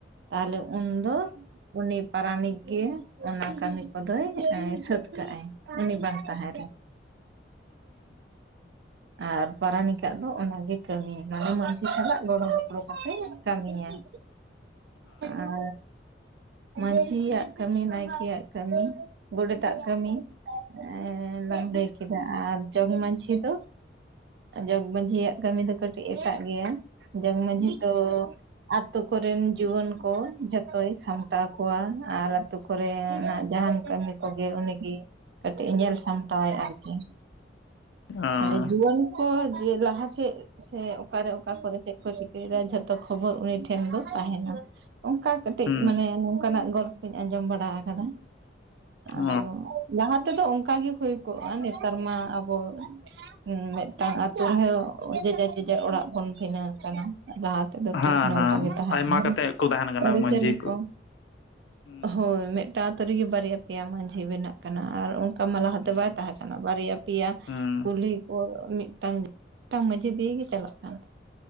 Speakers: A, on the right; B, on the left.
A: ᱛᱟᱦᱚᱞᱮ ᱩᱱ ᱫᱚ ᱩᱱᱤ ᱯᱟᱨᱟᱱᱤᱠ ᱜᱮ ᱚᱱᱟ ᱠᱟᱹᱢᱤ ᱠᱚᱫᱚᱭ ᱥᱟᱹᱛ ᱠᱟᱜ ᱟᱭ᱾ ᱩᱱᱤ ᱵᱟᱝ ᱛᱟᱦᱮ ᱨᱮ ᱟᱨ ᱯᱟᱨᱟᱱᱤᱠ ᱟᱜ ᱫᱚ ᱚᱱᱟᱜᱮ ᱠᱟᱹᱢᱤ ᱢᱟᱱᱮ ᱪᱟᱹᱥᱤ ᱥᱟᱞᱟᱜ ᱜᱚᱲᱚ ᱜᱚᱯᱚᱲᱚ ᱠᱚᱛᱮ ᱠᱟᱹᱢᱤᱭᱟᱭ ᱟᱨ ᱢᱟᱺᱡᱷᱤ ᱭᱟᱜ ᱠᱟᱹᱢᱤ, ᱱᱟᱭᱠᱮ ᱭᱟᱜ ᱠᱟᱹᱢᱤ, ᱜᱚᱰᱮᱛ ᱟᱜ ᱠᱟᱹᱢᱤ, ᱮ ᱞᱟᱝ ᱞᱟᱹᱭ ᱠᱮᱫᱟ ᱟᱨ ᱡᱚᱜᱽ ᱢᱟᱺᱡᱷᱤ ᱫᱚ? ᱡᱚᱜᱽ ᱢᱟᱺᱡᱷᱤ ᱭᱟᱜ ᱠᱟᱹᱢᱤ ᱫᱚ ᱠᱟᱹᱴᱤᱡ ᱮᱴᱟᱜ ᱜᱮᱭᱟ ᱡᱚᱜᱽ ᱢᱟᱺᱡᱷᱤ ᱛᱚ ᱟᱛᱳ ᱠᱚᱨᱮᱱ ᱡᱩᱣᱟᱹᱱ ᱠᱚ ᱡᱷᱚᱛᱚᱭ ᱥᱟᱢᱴᱟᱣ ᱠᱚᱣᱟ᱾ ᱟᱨ ᱟᱹᱛᱩ ᱠᱚ ᱨᱮᱱᱟᱜ ᱡᱟᱦᱟᱱ ᱠᱟᱹᱢᱤ ᱠᱚᱜᱮ ᱩᱱᱤ ᱜᱮ ᱠᱟᱹᱴᱤᱡᱼᱮ ᱧᱮᱞ ᱥᱟᱢᱴᱟᱣ ᱟᱭ ᱟᱨᱠᱤ᱾
B: ᱚ, ᱦᱩᱸ,
A: ᱢᱟᱱᱮ ᱡᱩᱣᱟᱹᱱ ᱠᱚ ᱡᱮ ᱞᱟᱦᱟ ᱥᱮᱫ ᱥᱮ ᱚᱠᱟ ᱨᱮ ᱚᱠᱟ ᱠᱚᱨᱮ ᱪᱮᱫ ᱠᱚ ᱪᱤᱠᱟᱹᱭ ᱫᱟ ᱡᱷᱚᱛᱚ ᱠᱷᱚᱵᱚᱨ ᱩᱱᱤ ᱴᱷᱮᱱ ᱫᱚ ᱛᱟᱦᱮᱱᱟ᱾ ᱚᱱᱠᱟ ᱠᱟᱹᱴᱤᱡ
B: ᱦᱩᱸ, ᱦᱩᱸ,
A: ᱢᱟᱱᱮ ᱱᱚᱝᱠᱟᱱᱟᱜ ᱜᱚᱞᱯᱚᱧ ᱟᱸᱡᱚᱢ ᱵᱟᱲᱟ ᱟᱠᱟᱫᱟ
B: ᱚ,
A: ᱟᱫᱚ ᱞᱟᱦᱟ ᱛᱮᱫᱚ ᱚᱱᱠᱟᱜᱤ ᱦᱩᱭ ᱠᱚᱜᱼᱟ ᱱᱮᱛᱟᱨ ᱢᱟ ᱟᱵᱚ ᱦᱩᱸ ᱢᱤᱫᱴᱟᱝ ᱟᱛᱳ ᱨᱮᱦᱚᱸ ᱡᱮᱡᱟᱨ ᱡᱮᱡᱟᱨ ᱚᱲᱟᱜ ᱵᱚᱱ ᱵᱷᱤᱱᱟᱹ ᱠᱟᱱᱟ ᱞᱟᱦᱟ ᱛᱮᱫ ᱫᱚ
B: ᱦᱮᱸ,
A: ᱴᱷᱤᱠ ᱱᱚᱝᱠᱟ
B: ᱦᱮᱸ,
A: ᱜᱮ ᱛᱟᱦᱮᱸ
B: ᱟᱭᱢᱟ
A: ᱠᱟᱱᱟ
B: ᱠᱟᱛᱮᱫ ᱠᱚ ᱛᱟᱦᱮᱱ ᱠᱟᱱᱟ
A: ᱟᱹᱨᱤᱪᱟᱹᱞᱤ
B: ᱢᱟᱺᱡᱷᱤ
A: ᱠᱚ
B: ᱦᱩᱸ,
A: ᱦᱳᱭ ᱢᱤᱫᱴᱟᱝ ᱟᱛᱳ ᱨᱮᱜᱮ ᱵᱟᱨᱭᱟ ᱯᱮᱭᱟ ᱢᱟᱺᱡᱷᱤ ᱵᱮᱱᱟᱜ ᱠᱟᱱᱟ ᱟᱨ ᱚᱱᱠᱟ ᱢᱟ ᱞᱟᱦᱟᱛᱮ
B: ᱦᱩᱸ,
A: ᱵᱟᱭ ᱛᱟᱦᱮᱸ ᱵᱟᱨᱭᱟ ᱯᱮᱭᱟ
B: ᱦᱩᱸ,
A: ᱠᱩᱞᱦᱤ ᱠᱚ ᱢᱤᱫᱴᱟᱝ ᱢᱤᱫᱴᱟᱝ ᱢᱟᱺᱡᱷᱤ ᱫᱤᱭᱮ ᱜᱮ ᱪᱟᱞᱟᱜ ᱠᱟᱱ